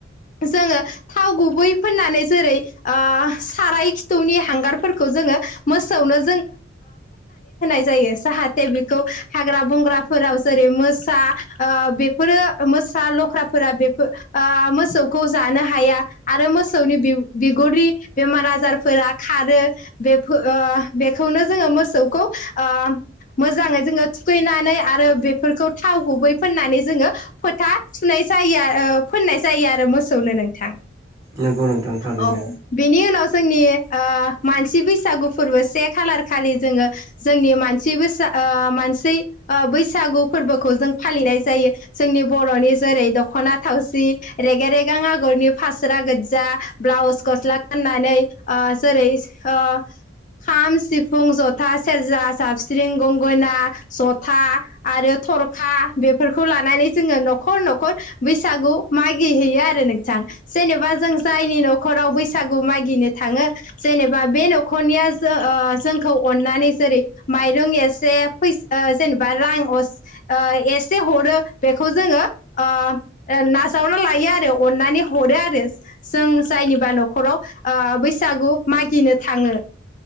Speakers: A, on the left (about 40°); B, on the right (about 20°).
A: जोङो थाव गुबै फोननानै जेरै साराय खिथौनि हांगारफोरखौ जोङो मोसौ जाय जायो जे बे हाग्रा बंग्राफोराव जेरै मो मोसा ओ बेफोरो मोसा लख्राफोरा बेफो ओ मोसौखौ जानो हाया आरो मोसौनि बिगुरनि बेमार आजारफोरा खारो बेफो आ बेखौनो जोङो मोसौखौ आम मोजाङै जोङो थुखैनानै आरो बेफोरखौ थाव गुबै फोननानै जोङो फोथा थुनाय जायो ओ फोननाय जायो आरो मोसौनो नोंथां।
B: नंगौ नोंथां थारैनो
A: औ बेनि उनाव जोंनि ओ मानसि बैसागु फोरबो से खालार खालि जोंङो जोंनि मानसि बैसा आ मानसि आ बैसागु फोरबोखौ जों फालिनाय जायो। जोंनि बर'नि जेरै द खना थावसि रेग रेगां आगरनि फास स्रा गोजा ब्लाउस गस्ला गाननानै ओ जेरै ओ खाम सिफुं जथा सेरजा साबस्रिं गंगना जथा आरो खरखा बेफोरखौ लानानै जोंङो न'खर न'खर बैसागु मागि हैैयो आरो नोंथां। जेनेबा जों जायनि न'खराव बैसागु मागिनो थांङो जेनेबा बे न'खरनिया सो ओ जोंखौ अननानै जेरै माइरं एसे फैसा जेनेबा रां अ ओ एसे हरो बेखौ जोंङो ओ नाजावना लायो आरो अननानै हरो आरो जों जायनिबा न'खराव ओ बैसागु मागिनो थांङो।